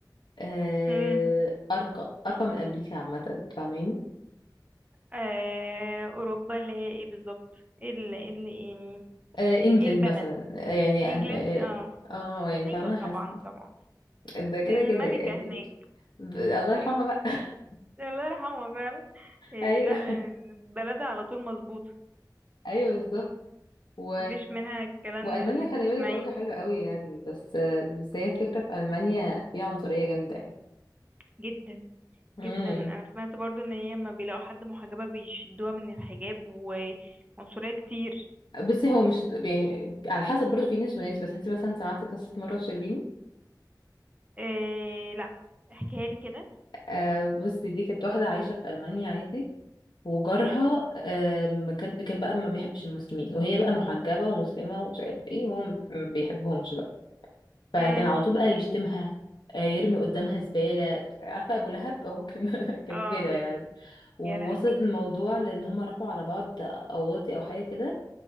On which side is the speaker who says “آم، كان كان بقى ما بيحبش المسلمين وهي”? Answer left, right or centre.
Left